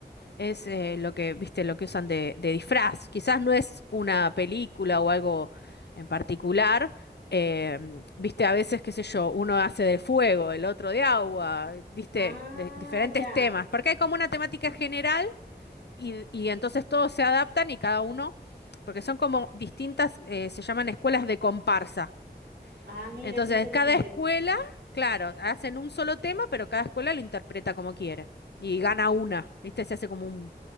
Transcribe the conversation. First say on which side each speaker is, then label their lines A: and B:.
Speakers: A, on the left; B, on the right.
A: Es eh, lo que, viste, lo que usan de, de disfraz. Quizás no es una película o algo en particular. eh, viste, a veces, qué sé yo, uno hace de fuego, el otro de agua, viste,
B: Ah,
A: de diferentes
B: ya.
A: temas. Porque hay como una temática general y, y entonces todos se adaptan y cada uno, porque son como distintas, eh, se llaman escuelas de comparsa.
B: Ah, mira,
A: Entonces,
B: qué interesante.
A: cada escuela, claro, hacen un solo tema, pero cada escuela lo interpreta como quiere. Y gana
B: Mm,
A: una, ¿viste? Se hace como un,